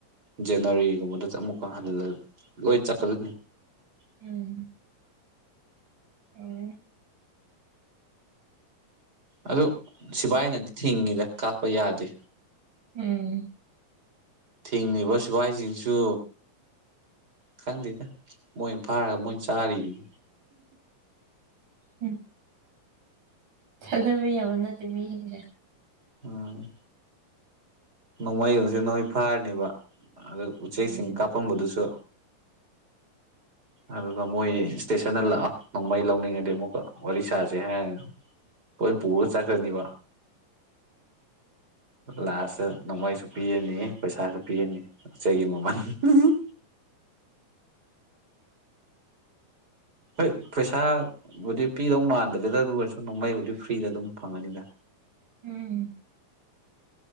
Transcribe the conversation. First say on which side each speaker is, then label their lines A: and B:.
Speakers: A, on the right; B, on the right.
A: ꯖꯦꯅꯋꯥꯔꯤꯒꯨꯝꯕꯗ ꯑꯃꯨꯛꯀ ꯍ ꯂꯣꯏ ꯆꯠꯀꯗꯣ
B: ꯎꯝ ꯎꯝ
A: ꯑꯗꯨ ꯁꯤꯕꯥꯥꯏꯅꯗꯤ ꯊꯤꯡꯉꯤꯗ ꯀꯥꯞꯄ ꯌꯥꯗꯦ
B: ꯎꯝ
A: ꯊꯤꯡꯉꯤꯕ ꯁꯤꯐꯥꯏꯁꯤꯡꯁꯨ ꯈꯪꯗꯦꯗ ꯃꯣꯏ ꯐꯥꯔꯒ ꯃꯣꯏꯅ ꯆꯥꯔꯤꯝꯅꯤ
B: ꯎꯝ ꯊꯥꯖꯕ ꯌꯥꯕ ꯅꯠꯇꯦ ꯃꯤꯁꯤꯡꯁꯦ
A: ꯎꯝ ꯅꯣꯡꯃꯩꯒꯁꯦ ꯅꯣꯏ ꯐꯥꯔꯅꯦꯕ ꯑꯗꯨ ꯎꯆꯦꯛꯁꯤꯡ
B: ꯎꯝ
A: ꯀꯥꯞꯄꯝꯕꯗꯨꯁꯨ ꯑꯗꯨꯒ ꯃꯣꯏ ꯏꯁꯇꯦꯁꯟꯗ ꯂꯥꯛꯑꯣ ꯅꯣꯡꯃꯩ ꯂꯧꯅꯤꯡꯉꯗꯤ ꯑꯃꯨꯛꯀ ꯋꯥꯔꯤ ꯁꯥꯥꯁꯦ ꯍꯥꯏꯔ ꯑꯩꯣꯏ ꯄ ꯄꯨ ꯆ ꯀꯅꯤ ꯋꯥ ꯂꯥꯁꯇ ꯅꯣꯡꯃꯩꯁꯨ ꯄꯤꯔꯅꯤ ꯄꯩꯁꯥꯁꯨ ꯄꯤꯔꯅꯤꯆꯒꯤ ꯃꯃꯜ <unintelligible> ꯍꯣꯏ ꯄꯩꯁꯥꯕꯨꯗꯤ ꯄꯤꯗꯧ ꯃꯥꯟꯗ꯭ꯔꯦꯗ ꯑꯗꯨ ꯑꯣꯏꯔꯁꯨ ꯅꯣꯡꯃꯩꯕꯨꯗꯤ ꯐ꯭ꯔꯤꯗ ꯑꯗꯨꯝ ꯐꯪꯉꯅꯤꯗ
B: ꯎꯝ